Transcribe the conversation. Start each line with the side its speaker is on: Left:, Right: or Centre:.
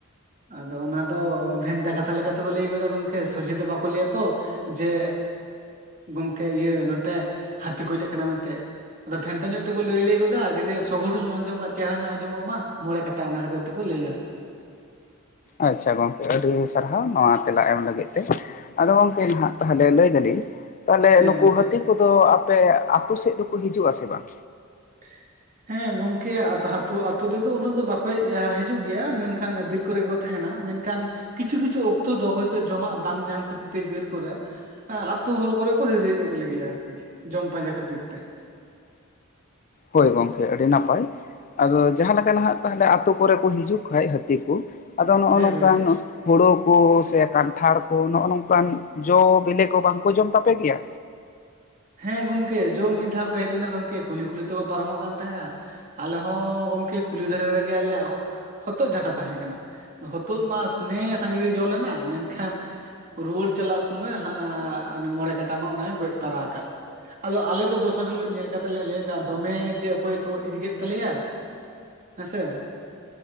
Right: ᱟᱫᱚ ᱚᱱᱟ ᱫᱚ ᱵᱷᱮᱱᱛᱟ ᱠᱟᱛᱷᱟ ᱞᱮᱠᱟᱛᱮ ᱠᱚ ᱞᱟᱹᱭ ᱜᱚᱫᱟ ᱜᱚᱝᱠᱮ, ᱥᱚᱡᱷᱮ ᱫᱚ ᱵᱟᱠᱚ ᱞᱟᱹᱭᱟ ᱛᱚ᱾ ᱡᱮ ᱜᱚᱢᱠᱮ ᱤᱭᱟᱹ ᱱᱚᱛᱮ ᱦᱟᱹᱛᱤ ᱠᱚ ᱦᱮᱡ ᱟᱠᱟᱱᱟ ᱢᱮᱱᱛᱮ᱾ ᱟᱫᱚ ᱵᱷᱮᱱᱛᱟ ᱧᱚᱜ ᱛᱮᱠᱚ ᱞᱟᱹᱭ ᱞᱟᱹᱭ ᱜᱚᱫᱟ, ᱡᱟᱛᱮ ᱥᱚᱦᱳᱲ ᱧᱚᱜ ᱟᱸᱡᱚᱢᱚᱜ ᱪᱮᱦᱨᱟ ᱧᱚᱜ ᱟᱸᱡᱚᱢᱚᱜ ᱢᱟ ᱢᱚᱬᱮ ᱠᱟ ᱴᱟ ᱚᱱᱟ ᱠᱷᱟᱹᱛᱤᱨ ᱛᱮᱠᱚ ᱞᱟᱹᱭᱟ᱾
Left: ᱟᱪᱪᱷᱟ ᱜᱚᱝᱠᱮ ᱟᱹᱰᱤ ᱥᱟᱨᱦᱟᱣ ᱱᱚᱶᱟ ᱛᱮᱞᱟ ᱮᱢ ᱞᱟᱹᱜᱤᱫ ᱛᱮ ᱾ ᱟᱫᱚ ᱜᱚᱝ ᱠᱮ ᱱᱟᱦᱟᱜ ᱞᱟᱹᱭ ᱫᱟᱞᱤᱧ ᱛᱟᱦᱚᱞᱮ
Right: ᱦᱮᱸ
Left: ᱱᱩᱠᱩ
Right: ᱜᱚᱝᱠᱮ
Left: ᱦᱟᱹᱛᱤ ᱠᱚᱫᱚ ᱟᱯᱮ ᱟᱛᱩ ᱥᱮᱫ ᱫᱚᱠᱚ ᱦᱤᱡᱩᱜ-ᱟ ᱥᱮ ᱵᱟᱝ?
Right: <inaudible> ᱦᱮᱸ ᱜᱚᱝᱠᱮ ᱦᱟᱛᱳ ᱟᱛᱳ ᱛᱮᱫᱚ ᱩᱱᱟᱹᱜ ᱫᱚ ᱵᱟᱠᱚ ᱦᱮᱡ ᱦᱤᱡᱩᱜ ᱜᱮᱭᱟ, ᱢᱮᱱᱠᱷᱟᱱ ᱵᱤᱨ ᱠᱚᱨᱮ ᱠᱚ ᱛᱟᱦᱮᱱᱟ, ᱢᱮᱱᱠᱷᱟᱱ ᱠᱤᱪᱷᱩ ᱠᱤᱪᱷᱩ ᱚᱠᱛᱚ ᱫᱚ ᱦᱚᱭᱛᱳ ᱡᱚᱢᱟᱜ ᱵᱟᱝ ᱧᱟᱢ ᱠᱷᱟᱹᱛᱤᱨ ᱛᱮ ᱵᱤᱨ ᱠᱚᱨᱮᱫ ᱟᱹᱛᱩ ᱦᱚᱲ ᱠᱚᱨᱮ ᱠᱚ ᱦᱤᱨᱤ ᱧᱚᱜ ᱞᱮᱜᱮᱭᱟ ᱟᱨᱠᱤ ᱡᱚᱢ ᱯᱟᱸᱡᱟ ᱠᱷᱟᱹᱛᱤᱨ ᱛᱮ
Left: ᱦᱳᱭ ᱜᱚᱢᱠᱮ ᱟᱹᱰᱤ ᱱᱟᱯᱟᱭ ᱟᱫᱚ ᱡᱟᱦᱟᱸ ᱞᱮᱠᱟ ᱱᱟᱦᱟᱜ ᱛᱟᱞᱦᱮ ᱟᱛᱳ ᱠᱚᱨᱮ ᱠᱚ ᱦᱤᱡᱩᱜ ᱠᱷᱟᱡ ᱦᱟᱹᱛᱤ ᱠᱚ ᱟᱫᱚ ᱱᱚᱜᱼᱚ
Right: ᱦᱮᱸ
Left: ᱱᱚᱝᱠᱟᱱ
Right: ᱜᱚᱝᱠᱮ
Left: ᱦᱳᱲᱳ ᱠᱚ ᱥᱮ ᱠᱟᱱᱴᱷᱟᱲ ᱠᱚ ᱱᱚᱜᱼᱚ ᱱᱚᱝᱠᱟᱱ ᱡᱚ ᱵᱮᱞᱮ ᱠᱚ ᱵᱟᱝᱠᱚ ᱡᱚᱢ ᱛᱟᱯᱮ ᱜᱮᱭᱟ
Right: ᱦᱮᱸ ᱜᱚᱢᱠᱮ ᱡᱚᱢ ᱢᱤᱫ ᱫᱷᱟᱣ ᱠᱚ ᱦᱮᱡ ᱞᱮᱱᱟ ᱜᱚᱢᱠᱮ ᱠᱩᱞᱦᱤ ᱠᱩᱞᱦᱤ ᱛᱮᱠᱚ ᱯᱟᱨᱚᱢᱚᱜ ᱠᱟᱱ ᱛᱟᱦᱮᱸᱜᱼᱟ ᱟᱞᱮ ᱦᱚᱸ ᱜᱚᱝᱠᱮ ᱠᱩᱞᱦᱤ ᱫᱷᱟᱨᱮ ᱨᱮᱜᱮ ᱟᱞᱮᱭᱟᱜᱼᱼ ᱦᱚᱛᱚᱫ ᱡᱷᱟᱴᱟ ᱛᱟᱦᱮᱸ ᱠᱟᱱᱟ ᱦᱚᱛᱚᱫ ᱢᱟᱥ ᱱᱮ ᱥᱟᱸᱜᱮ ᱜᱮ ᱡᱚ ᱞᱮᱱᱟ ᱢᱮᱱᱠᱷᱟᱱ ᱨᱩᱣᱟᱹᱲ ᱪᱟᱞᱟᱜ ᱥᱳᱢᱚᱭ ᱦᱟᱸᱻ ᱩᱱᱤ ᱢᱚᱬᱮ ᱠᱟᱴᱟ ᱢᱟ ᱚᱱᱟᱭ ᱜᱚᱡ ᱛᱟᱨᱟ ᱟᱠᱟᱫ ᱟᱫᱚ ᱟᱞᱮ ᱫᱚ ᱫᱚᱥᱟᱨ ᱦᱤᱞᱳᱜ ᱧᱮᱞ ᱠᱟᱛᱮ ᱞᱮ ᱞᱟᱹᱭ ᱫᱟ ᱫᱚᱢᱮ ᱡᱮ ᱚᱠᱚᱭ ᱛᱚ ᱤᱫᱤ ᱠᱮᱫ ᱛᱟᱞᱮᱭᱟ᱾ ᱦᱮᱸ ᱥᱮ